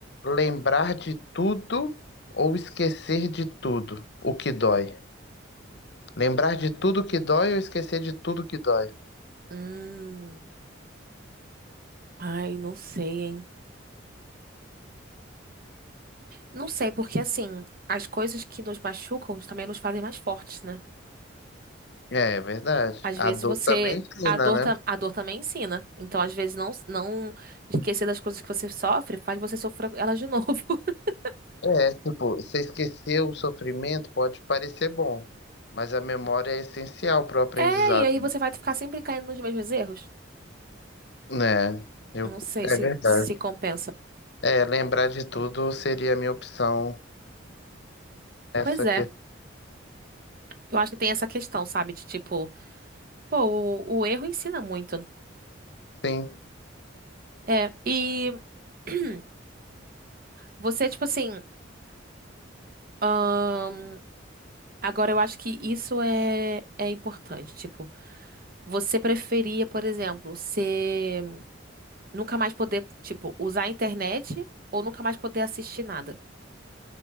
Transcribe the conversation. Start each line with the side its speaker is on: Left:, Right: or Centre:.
Left: lembrar de tudo ou esquecer de tudo o que dói? Lembrar de tudo que dói ou esquecer de tudo que dói?
Right: Hum. Ai, não sei, hein? Não sei, porque assim, as coisas que nos machucam também nos fazem mais fortes, né?
Left: É, é verdade.
Right: Às
Left: A
Right: vezes
Left: dor
Right: você.
Left: também ensina,
Right: A dor,
Left: né?
Right: ta- a dor também ensina. Então, às vezes, não, não esquecer das coisas que você sofre faz você sofrer elas de novo. <laughs>
Left: É, tipo, você esquecer o sofrimento pode parecer bom, mas a memória é essencial para o aprendizado,
Right: É, e aí
Left: né?
Right: você vai ficar sempre caindo nos mesmos erros.
Left: É, eu,
Right: Não sei
Left: é
Right: se
Left: verdade.
Right: se compensa.
Left: É, lembrar de tudo seria a minha opção nessa
Right: Pois é,
Left: questão.
Right: eu acho que tem essa questão, sabe? De tipo, pô, o, o erro ensina muito.
Left: Sim.
Right: É, e <clears throat> você, tipo assim, ahn, agora eu acho que isso é, é importante. Tipo, Você preferia, por exemplo, ser nunca mais poder, tipo, usar a internet ou nunca mais poder assistir nada?